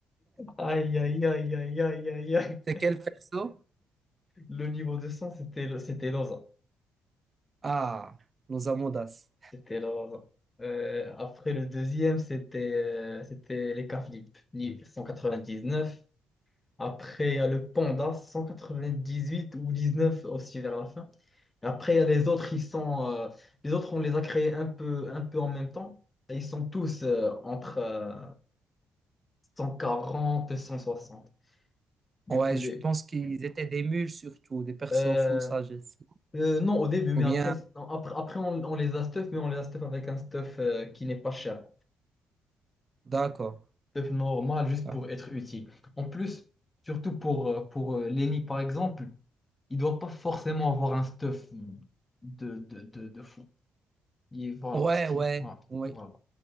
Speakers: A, on the left; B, on the right.
A: Aïe, aïe, aïe, aïe, aïe, aïe, aïe.
B: C'est quel perso?
A: Le niveau de sang, c'était le- c'était Loza.
B: Ah, nos Amondas.
A: C'était Loza. Euh, après le deuxième, c'était euh, c'était les Caflip, neuf Après, il y a le Panda, 198 ou 19 aussi vers la fin. Et après, il y a les autres, ils sont, euh, les autres, on les a créés un peu, un peu en même temps. Et ils sont tous euh, entre, euh, cent quarante et cent soixante Du
B: Ouais,
A: coup, les.
B: je pense qu'ils étaient des mules surtout, des persos
A: Euh,
B: full sagesse.
A: euh, non, au début, mais
B: Ou bien,
A: après, non, après, après on, on les a stuff, mais on les a stuff avec un stuff euh, qui n'est pas cher.
B: d'accord.
A: Stuff normal, juste
B: d'accord.
A: pour être utile. En plus, surtout pour, euh, pour euh, Lenny, par exemple, il doit pas forcément avoir un stuff de, de, de, de fou. Il, voilà,
B: Ouais,
A: parce qu'il.
B: ouais,
A: Voilà,
B: oui.
A: voilà.